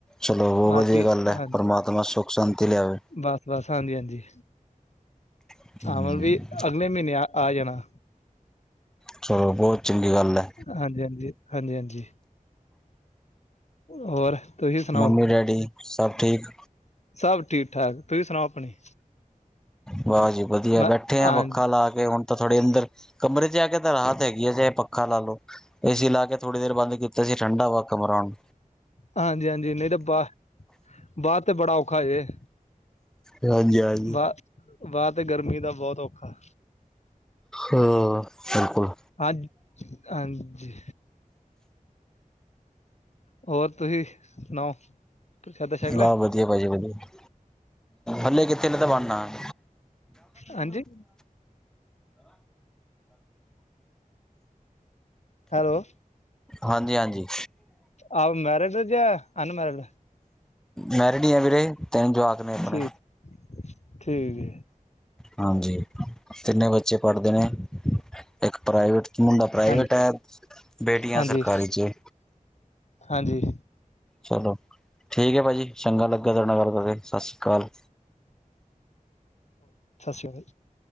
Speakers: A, in the centre; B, on the left.
A: ਚਲੋ
B: ਹਾਂ
A: ਵਧੀਆ
B: ਤੀ
A: ਗੱਲ
B: ਹਾਂਜੀ
A: ਏ ਪਰਮਾਤਮਾ ਸੁੱਖ ਸ਼ਾਂਤੀ ਲਿਆਵੇ।
B: ਬਸ - ਬਸ ਹਾਂਜੀ। ਹਾਂਜੀ
A: ਹਮ,
B: ਹੱਨ ਵੀ ਅਗਲੇ ਮਹੀਨੇ ਆ ਆ ਜਾਣਾ।
A: ਚਲੋ ਬੋਤ ਚੰਗੀ ਗੱਲ ਏ।
B: ਹਾਂਜੀ - ਹਾਂਜੀ - ਹਾਂਜੀ- ਹਾਂਜੀ। ਹੋਰ ਤੁਸੀਂ ਸੁਣਾਓ।
A: ਮੰਮੀ ਡੈਡੀ ਸਭ ਠੀਕ
B: ਸਭ ਠੀਕ ਠਾਕ ਤੁਸੀਂ ਸੁਣਾਓ। ਆਪਣੀ
A: ਵਾਂ ਜੀ ਵਧੀਆ
B: ਮੈਂ
A: ਬੈਠੇ ਆ।
B: ਹਾਂ
A: ਪੱਖਾ ਲਾ ਕੇ ਹੁਣ ਤਾਂ ਥੋੜੇ ਅੰਦਰ। ਕਮਰੇ ਚ ਆ ਕੇ ਤਾਂ ਰਾਹਤ ਹੈਗੀ ਆ। ਚਾਹੇ ਪੱਖਾ ਲਾ ਲੋ ਏਸੀ ਲਾ ਕੇ। ਥੋੜ੍ਹੀ ਦੇਰ ਬੰਦ ਕੀਤਾ ਸੀ। ਠੰਡਾ ਵਾ ਕਮਰਾ ਹੁਣ।
B: ਹਾਂਜੀ - ਹਾਂਜੀ ਨੀ ਤਾਂ ਬਾਹ ਬਾਅਦ ਤੇ ਬੜਾ ਔਖਾ ਜੇ
A: ਹਾਂਜੀ- ਹਾਂਜੀ
B: ਵਾਹ ਬਾਹਰ ਤੇ ਗਰਮੀ ਦਾ ਬੋਹਤ ਔਖਾ।
A: ਹਾ ਬਿਲਕੁਲ।
B: ਹਾਂ ਹਾਂਜੀ। ਹੋਰ ਤੁਸੀਂ ਸੁਣਾਓ। ਪ੍ਰਸ਼ਾਦਾ ਛਕ ਲਿਆ
A: ਹਾਂ ਵਧੀਆ ਪਾਜੀ ਵਧੀਆ ਹਲੇ ਕਿਥੇ ਹਲੇ ਤਾਂ ਬਣਨਾ। <inaudible>
B: ਹਾਂਜੀ ਹੈਲੋ?
A: ਹਾਂਜੀ ਹਾਂਜੀ
B: ਆਪ ਮੈਰੀਜ ਓ ਕੀ ਅਨ ਮੈਰੀਜ?
A: ਮੈਰਿਡ ਹੀ ਆ ਵੀਰੇ ਤਿੰਨ ਜਵਾਕ ਨੇ ਆਪਣੇ।
B: ਠੀਕ ਠੀਕ ਹੈ
A: ਹਾਂਜੀ ਤਿੰਨੇ ਬੱਚੇ ਪੜ੍ਹਦੇ ਨੇ। ਇੱਕ ਪ੍ਰਾਈਵੇਟ ਮੁੰਡਾ ਪ੍ਰਾਈਵੇਟ
B: ਹਾਂਜੀ
A: ਹੈ। ਬੇਟੀਆਂ
B: ਹਾਂਜੀ
A: ਸਰਕਾਰੀ ਚ'
B: ਹਾਂਜੀ।
A: ਚਲੋ ਠੀਕ ਹੈ। ਭਾਜੀ ਚੰਗਾ ਲੱਗਾ ਤੁਹਾਡੇ ਨਾਲ ਗੱਲ ਕਰਕੇ। ਸਤਿ ਸ਼੍ਰੀ ਅਕਾਲ।
B: ਸਸੀ ਹਏ